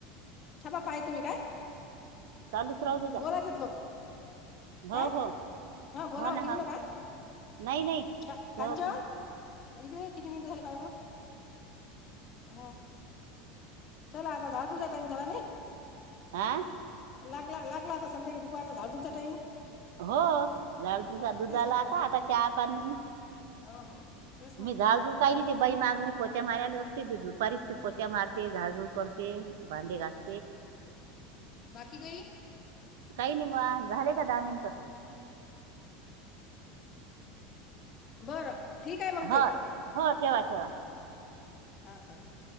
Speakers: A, on the left (about 35°); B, on the right (about 80°).
A: थांबा पाय तुम्ही काय?
B: चालूच राहूदे ग
A: बोला तिथं लोक
B: हो
A: काय
B: हो
A: हां बोला
B: हो ना
A: ठेवू
B: हो
A: नका
B: ना नाही नाही ठेवत
A: का कांचन
B: नाही
A: इकडे किती मिनिटं झाली पाय बरं ह चला आता झाडूचा टाइम झाला नाही.
B: आह?
A: लागला लागला आता संध्याकाळी दुपारचा झाड झूड चा टाइम
B: हो झाड झाडू झाला
A: म्हटलं
B: आता आता चहा पाणी
A: हो हो. तेच म्हटलं
B: मी झाडून कायली ते बाई माघरी पोचा मारायला असते ते दुपारीच पोचा मारते, झाडझूड करते, भांडे घासते.
A: बाकी काय
B: काय नाही झाले का दहा मिनिट
A: बरं ठीक आहे मंग ताई
B: हो हो ठेवा ठेवा
A: हा हा हा